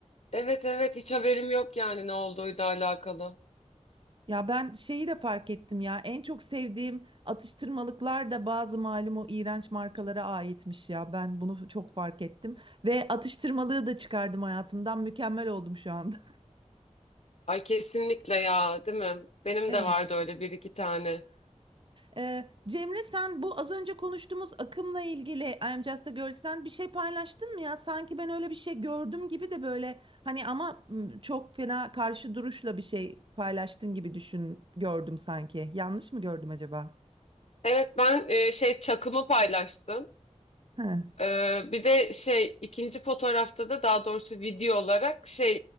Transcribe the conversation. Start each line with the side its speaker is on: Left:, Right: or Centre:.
Left: Evet evet hiç haberim yok yani ne olduğuyla alakalı.
Right: Ya ben şeyi de fark ettim ya. En çok sevdiğim atıştırmalıklar da bazı malum o iğrenç markalara aitmiş ya. Ben bunu çok fark ettim. Ve atıştırmalığı da çıkardım hayatımdan. Mükemmel oldum şu anda.
Left: Ay kesinlikle ya, değil mi? Benim
Right: <laughs> Evet.
Left: de vardı öyle bir iki tane.
Right: Ee, Cemre sen bu az önce konuştuğumuz akımla ilgili I'm Just a Girl, sen bir şey paylaştın mı ya? Sanki ben öyle bir şey gördüm gibi de böyle hani ama m, çok fena karşı duruşla bir şey paylaştın gibi düşün gördüm sanki. Yanlış mı gördüm acaba?
Left: Evet ben e, şey çakımı paylaştım.
Right: He.
Left: E, bir de şey ikinci fotoğrafta da daha doğrusu video olarak şey